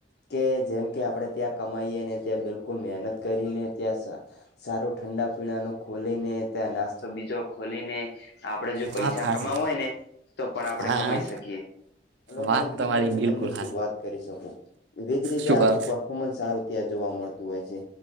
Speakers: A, on the left; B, on the right.
A: કે જેમ કે આપણે ત્યાં કમાઈએ ને ત્યાં બિલકુલ મહેનત કરીને ત્યાં સારું ઠંડા પીણા ન ખોલી ને ત્યાં નાસ્તો બીજો ખોલીને આપડે જો
B: વાત
A: પૈસા
B: હાચી
A: કમાવું હોય ને તો પણ આપડે
B: હા
A: કમાઈ
B: હા
A: શકીએ અલગ
B: વાત
A: અલગ
B: તમારી
A: રીતે હું
B: બિલકુલ
A: તમને
B: હાચી
A: શું વાત કરી શકું એજ રીતે
B: શું
A: આખું
B: કરો
A: પરફોર્મન્સ સારું ત્યાં જોવા મળતું હોય છે